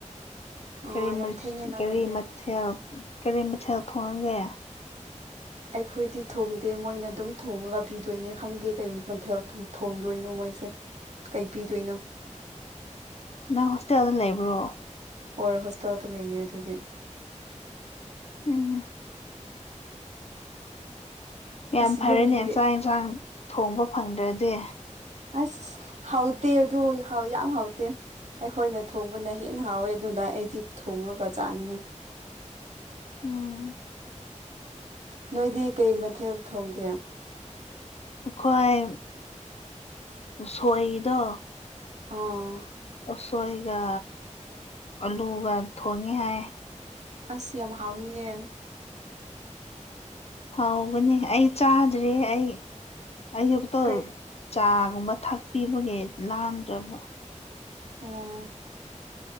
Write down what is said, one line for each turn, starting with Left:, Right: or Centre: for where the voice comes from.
Right: ꯑꯣ
Left: ꯀꯔꯤ
Right: ꯌꯥꯝ
Left: ꯃ
Right: ꯊꯦꯡꯉꯦꯅ
Left: ꯀꯔꯤ
Right: ꯅꯣꯏꯗꯤ
Left: ꯃꯊꯦꯜ ꯀꯔꯤ ꯃꯊꯦꯜ ꯊꯣꯡꯒꯦ
Right: ꯍ ꯑꯩꯈꯣꯏꯗꯤ ꯊꯣꯡꯗꯦ ꯃꯣꯏꯅ ꯑꯗꯨꯝ ꯊꯣꯡꯉꯒ ꯄꯤꯗꯣꯏꯅꯦ ꯈꯪꯗꯦ ꯀꯩ ꯃꯊꯦꯜ ꯊꯣꯡꯗꯣꯏꯅꯣ ꯃꯣꯏꯁꯦ ꯀꯩ ꯄꯤꯗꯣꯏꯅꯣ
Left: ꯅꯪ ꯍꯣꯁꯇꯦꯜꯗ ꯂꯩꯕ꯭ꯔꯣ
Right: ꯍꯣꯏ ꯍꯣꯁꯇꯦꯜꯗ ꯂꯩꯌꯦ ꯑꯗꯨꯒꯤ
Left: ꯎꯝ ꯌꯥꯝ
Right: ꯑꯁ
Left: ꯐꯔꯅꯦ
Right: ꯌꯨꯝꯒꯤ
Left: ꯆꯥꯛ ꯌꯦꯟꯁꯥꯡ ꯊꯣꯡꯕ ꯐꯪꯗ꯭ꯔꯗꯤ
Right: ꯑꯁ ꯍꯥꯎꯇꯦ ꯑꯗꯨ ꯍꯥꯎ ꯌꯥꯝ ꯍꯥꯎꯇꯦ ꯑꯩꯈꯣꯏꯅ ꯊꯣꯡꯕꯅ ꯍꯦꯟꯅ ꯍꯥꯎꯋꯦ ꯑꯗꯨꯅ ꯑꯩꯗꯤ ꯊꯣꯡꯉꯒ ꯆꯥꯅꯤꯡꯉꯤ
Left: ꯎꯝ
Right: ꯅꯣꯏꯗꯤ ꯀꯩ ꯃꯊꯦꯜ ꯊꯣꯡꯒꯦ
Left: ꯑꯩꯈꯣꯏ ꯎꯁꯣꯏꯗꯣ
Right: ꯑꯥ
Left: ꯎꯁꯣꯏꯒ ꯑꯂꯨꯒ ꯊꯣꯡꯉꯤ ꯍꯥꯏ
Right: ꯑꯁ ꯌꯥꯝ ꯍꯥꯎꯅꯤꯌꯦ
Left: ꯍꯥꯎꯒꯅꯤ ꯑꯩ ꯆꯥꯗ꯭ꯔꯤ ꯑꯩ ꯑꯌꯨꯛꯇꯣ
Right: ꯀꯩ
Left: ꯆꯥꯒꯨꯝꯕ ꯊꯥꯛꯄꯤꯕꯒꯤ ꯂꯥꯝꯗ꯭ꯔꯕ
Right: ꯑꯣ